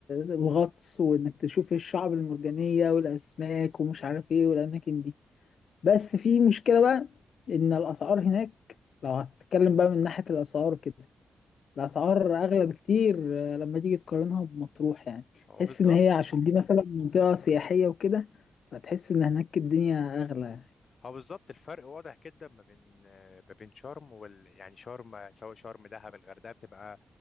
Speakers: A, on the left; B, on the left.
A: الغطس وانك تشوف ايه الشعب المرجانية والاسماك ومش عارف ايه والاماكن دي بس في مشكلة بقى ان الاسعار هناك لو هتتكلم بقى من ناحية الاسعار كده الاسعار اغلى بكتير آه، لما تيجي تقارنها بمطروح يعني
B: هو
A: تحس
B: بالظبط
A: ان هي عشان دي مثلا منطقة سياحية وكده فتحس ان هناك الدنيا اغلى
B: هو بالظبط الفرق واضح جدا ما بين ما بين شرم وال يعني شرم سواء شرم دهب الغردقة بتبقى